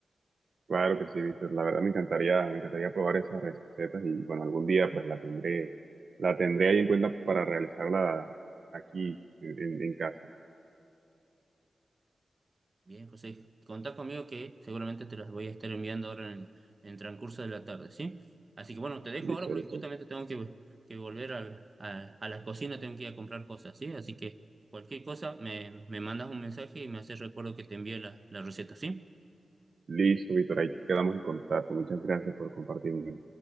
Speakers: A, on the right (about 65°); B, on the right (about 40°).
A: Claro que sí, Víctor. La verdad me encantaría, me encantaría probar esas recetas y bueno, algún día pues la tendré, la tendré ahí en cuenta para realizarla aquí en, en- en casa.
B: Bien, José, contá conmigo que seguramente te las voy a estar enviando ahora en, en transcurso de la tarde, ¿sí? Así que bueno, te dejo
A: Listo,
B: ahora porque
A: listo.
B: justamente tengo que, que volver al- a, a la cocina, tengo que ir a comprar cosas, ¿sí? Así que cualquier cosa me, me mandas un mensaje y me haces recuerdo que te envíe la, la receta, ¿sí?
A: Listo, Víctor. Ahí quedamos en contacto. Muchas gracias por compartirme.